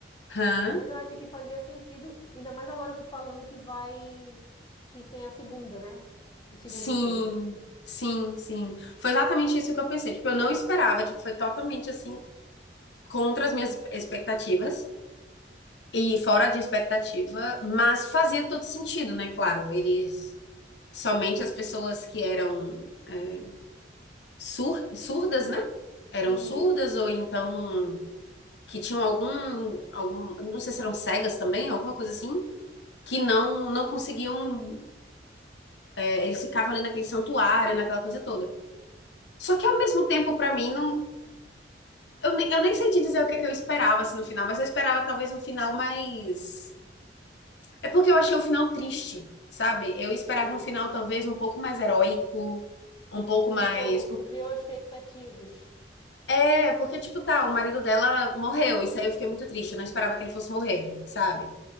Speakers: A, on the left; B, on the left.
A: Hã?
B: mas eu acho que fazia sentido. Ainda mais agora tu falando que vai que tem a segunda, né? O segundo
A: Sim,
B: filme.
A: sim, sim. Foi exatamente isso que eu pensei. Tipo, eu não esperava, tipo, foi totalmente assim contra as minhas expectativas e fora de expectativa, mas fazia todo sentido, né? Claro, eles somente as pessoas que eram é, sur- surdas, né? Eram
B: Uhum.
A: surdas ou então que tinham algum, algum, não sei se eram cegas também, alguma coisa assim, que não não conseguiam, é, eles ficavam ali naquele santuário, naquela coisa toda. Só que ao mesmo tempo, pra mim, não, eu, nem, eu nem sei te dizer o que que eu esperava assim, no final, mas eu esperava talvez um final mais É porque eu achei o final triste, sabe? Eu esperava
B: Sei.
A: um final talvez um pouco mais heróico, um pouco
B: Tu
A: mais.
B: ficou,
A: por-
B: tu criou expectativas.
A: É, porque, tipo, tá, o marido dela morreu, isso aí eu fiquei muito triste, eu não esperava que ele fosse morrer, sabe?